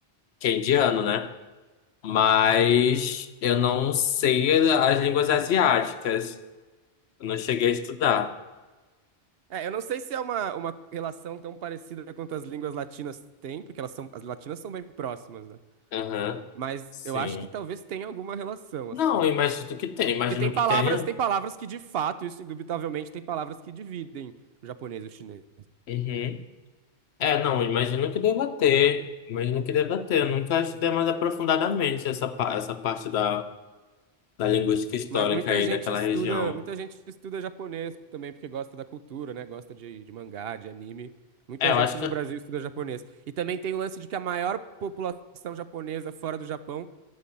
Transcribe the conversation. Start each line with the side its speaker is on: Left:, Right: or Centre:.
Left: que é indiano, né? Mas eu não sei as línguas asiáticas. Eu não cheguei a estudar.
Right: É, eu não sei se é uma, uma relação tão parecida quanto as línguas latinas têm, porque elas são, as latinas são bem próximas, né?
Left: Aham,
Right: Mas
Left: sim.
Right: eu acho que talvez tenha alguma relação,
Left: Não,
Right: assim.
Left: eu imagino que tem, imagino
Right: Porque tem palavras,
Left: que tenha.
Right: tem palavras que de fato, isso indubitavelmente, tem palavras que dividem o japonês e o chinês.
Left: Uhum. É, não, imagino que deva ter. Imagino que deva ter. Eu nunca estudei mais aprofundadamente essa, pa- essa parte da, da linguística histórica
Right: Mas muita
Left: aí
Right: gente
Left: daquela
Right: estuda,
Left: região.
Right: muita gente estuda japonês também porque gosta da cultura, né? Gosta de, de mangá, de anime. Muita
Left: É, eu
Right: gente
Left: acho
Right: no
Left: que.
Right: Brasil estuda japonês. E também tem o lance de que a maior população japonesa fora do Japão,